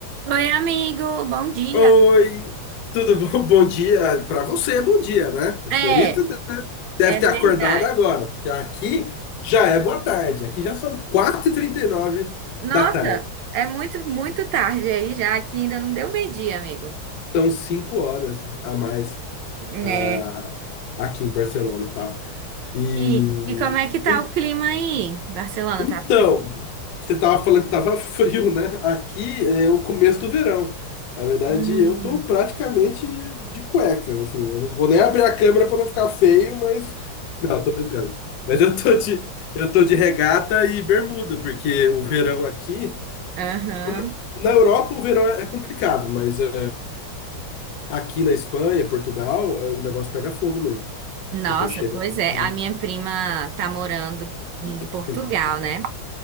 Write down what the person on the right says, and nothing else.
Oi, amigo, bom dia.
É,
é
verdade.
Nossa,
é muito, muito tarde aí já, aqui ainda não deu meio-dia, amigo.
É.
E, e como é que tá
o clima aí? Barcelona,
tá frio?
Hum,
aham.
Nossa,
pois
é, a minha prima tá morando em
Portugal,
né?